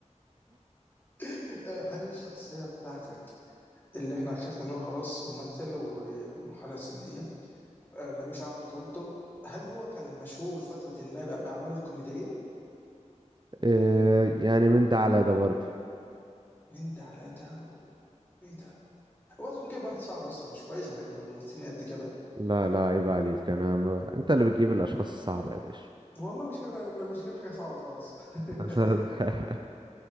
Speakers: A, on the left (about 15°); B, on the right (about 40°).
A: <laughs> هل الشخصية بتاعتك اللي احنا اكتشفنا ان هو خلاص ممثل وفي مرحلة سنية آه، ملوش عمل بطولته هل هو كان مشهور بفترة ما بأ- بأعماله الكوميدية
B: آه، يعني من ده على ده برضه
A: من ده على ده و... ايه ده؟ هو تكون جايب واحد صعب اصلا مش كويس على فكرة في الممثلين قد كده
B: لا لا عيب عليك انا ما... انت اللي بتجيب الاشخاص الصعبة يا باشا
A: والله مش جايب أنا مش جايب حاجة صعبة خالص <laughs>
B: <laughs>